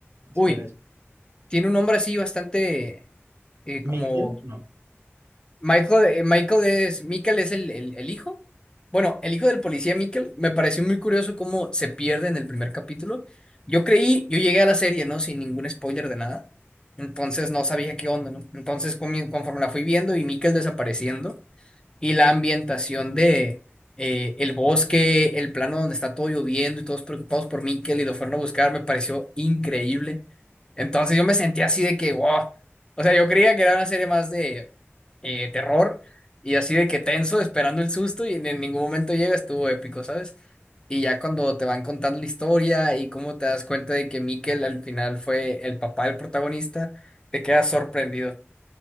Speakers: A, on the right (about 70°); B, on the left (about 20°).
A: espera,
B: uy,
A: es-
B: tiene un nombre así bastante eh, como
A: Miguel, no.
B: Michael, eh, Michael es, Michael es el, el, el hijo. Bueno, el hijo del policía Michael, me pareció muy curioso cómo se pierde en el primer capítulo. Yo creí, yo llegué a la serie, ¿no? Sin ningún spoiler de nada. Entonces no sabía qué onda, ¿no? Entonces comi- conforme la fui viendo y Michael desapareciendo y la ambientación de eh, el bosque, el plano donde está todo lloviendo y todos preocupados por Mikel y lo fueron a buscar, me pareció increíble. Entonces yo me sentía así de que, wow. O sea, yo creía que era una serie más de eh, terror y así de que tenso, esperando el susto y en en ningún momento llega, estuvo épico, ¿sabes? Y ya cuando te van contando la historia y cómo te das cuenta de que Mikel al final fue el papá del protagonista, te quedas sorprendido.